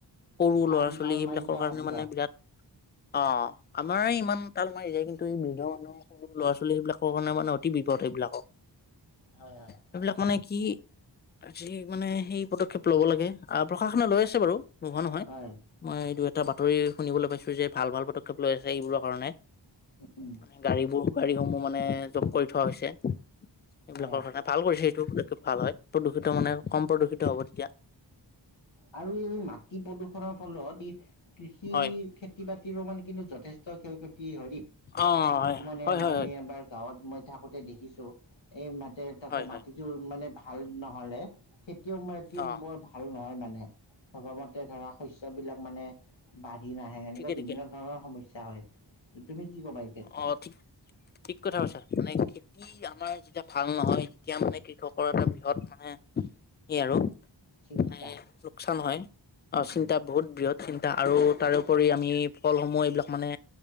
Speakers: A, on the left; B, on the left.
A: সৰু
B: কাণ
A: ল'ৰা -ছোৱালী
B: তাল
A: সেইবিলাকৰ
B: মাৰি যোৱা
A: কাৰণে
B: শব্দ
A: মানে বিৰাট অ। আমাৰে ইমান তাল মাৰি যায় কিন্তু এই বৃদ্ধৰ মানুহৰ সৰু ল'ৰা ছোৱালীবিলাকৰ কাৰণে মানে অতি বিপদ এইবিলাকক।
B: হয় হয়
A: সেইবিলাক মানে কি আজি মানে সেই পদক্ষেপ লব লাগে আহ প্ৰশাসনে লৈ আছে বাৰু। নোলোৱা নহয়
B: হয়
A: মই এই দু এটা বা তৰি শুনিবলৈ পাইছো যে ভাল ভাল পদক্ষেপ লৈ আছে এইবোৰৰ কাৰণে।
B: উম,
A: মানে গাড়ীবোৰ গাড়ীসমূহ মানে যোগ কৰি থোৱা হৈছে। এইবিলাকৰ
B: হয় হয়
A: কাৰণে ভাল কৰিছে সেইটো ভাল হয় প্ৰদূষিত মানে কম প্ৰদূষিত হ'ব তেতিয়া
B: আৰু এই মাটি প্ৰদূষনৰ ফলত ই কৃষি
A: হয়
B: খেতি বাতিৰো মানে কিন্তু যথেষ্ট ক্ষ ক্ষতি হয় কাৰ
A: অ
B: মানে
A: হয় হয়
B: মই
A: হয়
B: এবাৰ গাঁৱত মই থাকোতে দেখিছো, এই মাতে তাতে
A: হয় হয় হয়
B: মাটিটো মানে ভাল নহলে খে তোৰ মাটি
A: অ
B: বৰ ভাল নহয় মানে ভবা মতে ধৰা শস্যবিলাক মানে বা সি নাহে এনেকুৱা
A: ঠিকে ঠিকে
B: বিভিন্ন ধৰণৰ সমস্যা হয় তুমি কি ক'বা এই ক্ষেত্ৰত
A: অ ঠিক ঠিক কথা কৈছা মানে কি আমাৰ যেতিয়া ভাল নহয় তেতিয়া মানে কৃষকৰ এটা বৃহৎ মানে সেই আৰু
B: চিন্তা
A: মানে লোকচান হয়, অ
B: উম,
A: চিন্তা
B: উম,
A: বহুত বৃহৎ চিন্তা আৰু তাৰোপৰি আমি ফলসমূহ এইবিলাক মানে